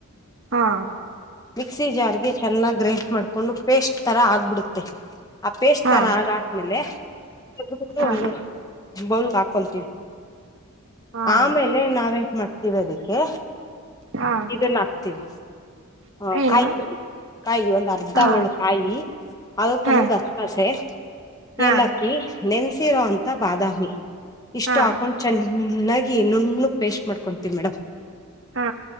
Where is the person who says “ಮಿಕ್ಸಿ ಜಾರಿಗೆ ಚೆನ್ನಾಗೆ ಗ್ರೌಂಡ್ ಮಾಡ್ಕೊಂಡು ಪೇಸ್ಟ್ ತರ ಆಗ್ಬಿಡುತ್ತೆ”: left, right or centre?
Left